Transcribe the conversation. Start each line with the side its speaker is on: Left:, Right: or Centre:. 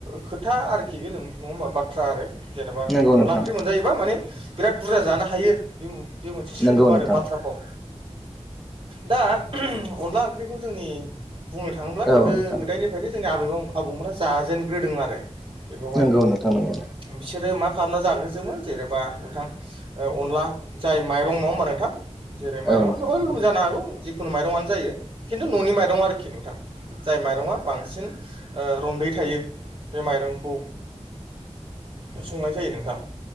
Right: खोथा आरोखि बे नङा होमबा बाथ्रा आरो। जेनेबा
Centre: नंगौ
Right: अनला
Centre: नोंथां
Right: ओंख्रि मोनजायोबा माने बिराद बुरजा जानो हायो बे बे मोनसे सोदोब
Centre: नंगौ नोंथां
Right: आरो बाथ्रा फाव। दा अनला ओंख्रिखौ जोंनि बुंनो थाङोब्ला गोदो
Centre: औ नोंथां
Right: गोदायनिफ्रायनो जोंनि आबै आबौमोनहा जाजेनग्रोदों आरो। बेखौहाय
Centre: नंगौ नोंथां नंगौ
Right: बिसोरो मा खालामना जागोसोमोन जेरै बा नोंथां अनला जाय माइरं नङा होनोमबा नोंथां। जेरै माइरङा
Centre: औ नोंथां
Right: गोबां रोखोम जानो हागौ जिखुनु माइरंआनो जायो। खिन्थु न'नि माइरं आरोखि नोंथां जाय माइरंआ बांसिन ओ रन्दै थायो। बे माइरंखौ संनाय जायो नोंथां